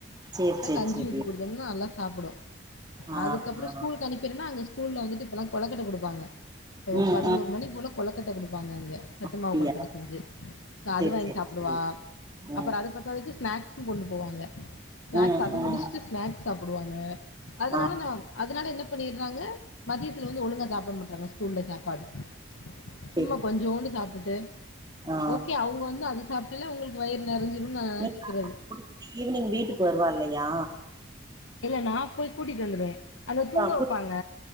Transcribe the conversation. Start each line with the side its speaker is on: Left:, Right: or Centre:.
Right: சேர்
Left: அதுக்கு
Right: சேர்
Left: கஞ்சி
Right: சேரி
Left: ஊத்தி குடுத்தோம்ன்னா நல்லா சாப்பிடு
Right: ஆ
Left: அதுக்கப்றோ
Right: ஆ
Left: ஸ்கூலுக்கு அனுப்பிறேன்னா அங்க ஸ்கூ ஸ்கூல்ல வந்துட்டு இப்பல்லா கொலக்கட்டை குடுப்பாங்க
Right: ம்
Left: ஒரு
Right: ம்
Left: பதினோரு மணிக்குல்ல கொலக்கட்டை குடுப்பாங்க அங்கே சத்துமாவு
Right: அப்டியா
Left: கொலக்கட்டை செஞ்சி ச
Right: சேர்
Left: அது வாங்கி
Right: சேர்
Left: சாப்பிடுவா
Right: சேரி ம்
Left: அப்புற அத பத் இப்போதுக்கு ஸ்நாக்ஸ்ஸு கொண்டு போவாங்க ஸ்நாக்ஸ்
Right: ம்
Left: அது
Right: ம்
Left: முடிச்சிட்டு ஸ்நாக்ஸ் சாப்பிடுவாங்க அதுனால
Right: ஆ
Left: நா அதுனால என்ன பண்ணீறாங்க மதியத்துல வந்து ஒழுங்கா சாப்பிட மாட்றாங்க ஸ்கூல்ல சாப்பாடு சும்மா
Right: சேர்
Left: கொஞ்சோண்டு சாப்புட்டே
Right: ஆ
Left: ஓகே அவுங்க வந்து அது சாப்பிட்ல உங்களுக்கு வயிறு நெறஞ்சிரு னாச்சிக்கிறது
Right: நீங்க குடுத்துட்டு ஈவினிங் வீட்டுக்கு வருவா இல்லையா
Left: இல்ல நா போய் கூட்டிட்டு வந்துடுவே அத தூங்க
Right: ஆ
Left: வப்பாங்க
Right: கூட்டிட்டு